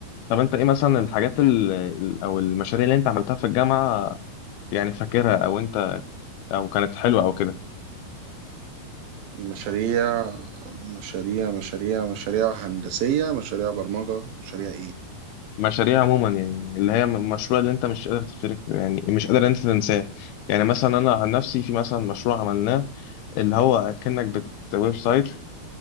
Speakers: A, on the left; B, on the right.
A: طب انت ايه مثلا الحاجات ال... ال- او المشاريع اللي انت عملتها في الجامعه يعني فاكرها او انت او كانت حلوه او كده
B: مشاريع مشاريع مشاريع مشاريع هندسية مشاريع برمجة مشاريع ايه
A: مشاريع عموما يعني اللي هي م- مشروع اللي انت مش قادر تفتكر يعني مش قادر انت تنساه يعني مثلا انا عن نفسي في مثلا مشروع عملناه اللي هو كأنك بت ويب سايت